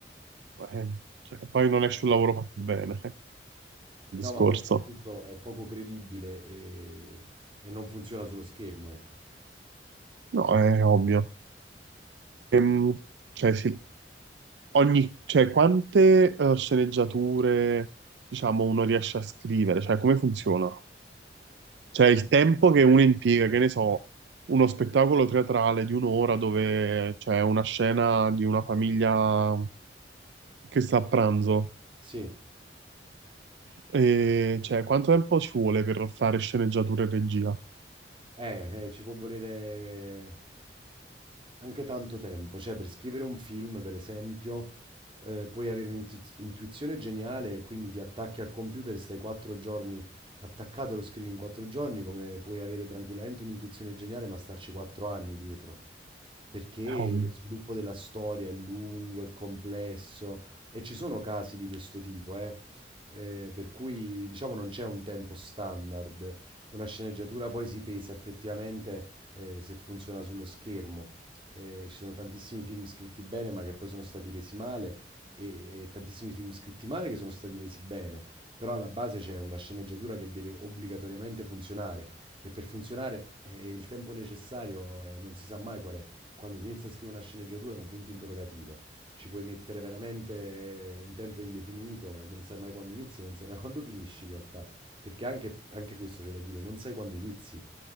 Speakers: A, on the right; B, on the right.
A: eh, cioè, poi non esce un lavoro fatto bene, eh, il
B: No,
A: discorso.
B: ma poi soprattutto è poco credibile e, e non funziona sullo schermo, ecco.
A: No, è ovvio. Ehm, cioè, sì, ogni, cioè, quante eh, sceneggiature, diciamo, uno riesce a scrivere? Cioè, come funziona? Cioè, il tempo che uno impiega, che ne so, uno spettacolo teatrale di un'ora dove c'è una scena di una famiglia che sta a pranzo.
B: Sì,
A: E, cioè, quanto tempo ci vuole per fare sceneggiatura e regia?
B: eh, eh, ci può volere Anche tanto tempo, cioè per scrivere un film, per esempio, eh, puoi avere un'intuizione geniale, e quindi ti attacchi al computer e stai quattro giorni attaccato e lo scrivi in quattro giorni, come puoi avere tranquillamente un'intuizione geniale, ma starci quattro anni dietro perché
A: Eh, oh,
B: lo sviluppo della storia è lungo, è complesso e ci sono casi di questo tipo, eh, eh, per cui diciamo non c'è un tempo standard. Una sceneggiatura poi si pesa effettivamente eh, se funziona sullo schermo. Eh, ci sono tantissimi film scritti bene ma che poi sono stati resi male e, e tantissimi film scritti male che sono stati resi bene, però alla base c'è una sceneggiatura che deve obbligatoriamente funzionare e per funzionare eh, il tempo necessario eh, non si sa mai qual è quando si inizia a scrivere una sceneggiatura è un punto interrogativo. Ci puoi mettere veramente un tempo indefinito e non sai mai quando inizi, non sai mai <laughs> quando finisci in realtà. Perché anche, anche questo c'è da dire, non sai quando inizi.